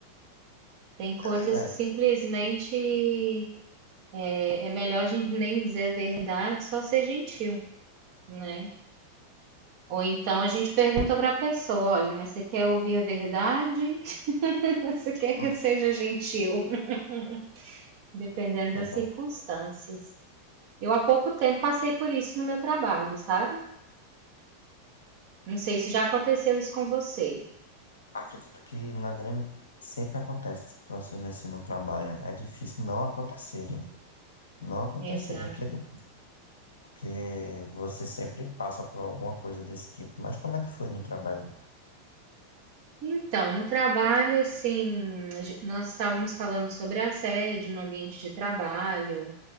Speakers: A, on the right (about 45°); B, on the left (about 70°).
A: Tem coisas
B: É verdade.
A: que simplesmente é, é melhor a gente nem dizer a verdade, só ser gentil, né? Ou então a gente pergunta para a pessoa: olha, mas você quer ouvir a verdade? <laughs> Você quer que
B: Hum,
A: eu seja gentil? <laughs> Dependendo das
B: Exato.
A: circunstâncias. Eu há pouco tempo passei por isso no meu trabalho, sabe? Não sei se já aconteceu isso com você.
B: Acredito que na grande sempre acontece situações assim no trabalho. É difícil não acontecerem. Não acontecerem,
A: Exato.
B: que é difícil, porque você sempre passa por alguma coisa desse tipo. Mas como é que foi no trabalho?
A: Então, no trabalho, assim, a gen- nós estávamos falando sobre assédio no ambiente de trabalho